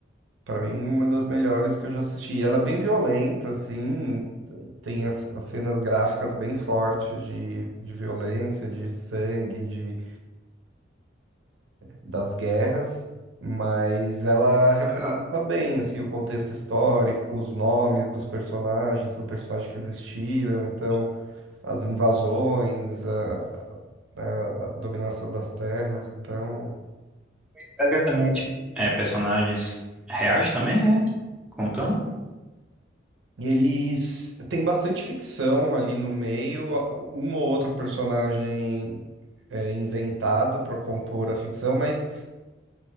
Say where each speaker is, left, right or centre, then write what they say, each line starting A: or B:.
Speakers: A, on the right; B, in the centre.
A: Pra mim, uma das melhores que eu já assisti. Ela é bem violenta, assim, t- tem as, as cenas gráficas bem fortes de, de violência, de sangue, de, das guerras, mas ela representa
B: Legal.
A: bem, assim, o contexto histórico, os nomes dos personagens, são personagens que existiram, então, as invasões, a, a a dominação das terras, então...
B: Pega também, tipo, é, personagens reais também, é? Contando?
A: Eles têm bastante ficção ali no meio, um ou outro personagem é, inventado para compor a ficção, mas